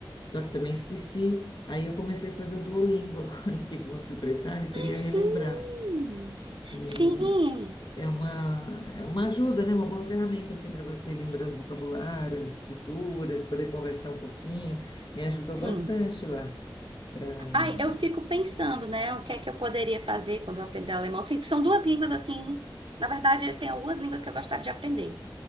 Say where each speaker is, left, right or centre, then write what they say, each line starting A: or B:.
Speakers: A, on the left; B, on the right.
A: Só que também esqueci. Aí eu comecei a fazer o Duolingo <laughs> agora, porque como eu fui para a Itália, eu queria
B: sim.
A: relembrar. E
B: Sim,
A: aí é uma, é uma ajuda, né? Uma boa ferramenta assim para você ir lembrando vocabulários, estruturas, poder conversar um pouquinho. Me ajudou
B: sim.
A: bastante lá para
B: Ai, eu fico pensando, né, o que é que eu poderia fazer quando eu aprender alemão. Sim, São duas línguas assim, na verdade, tem algumas línguas que eu gostaria de aprender.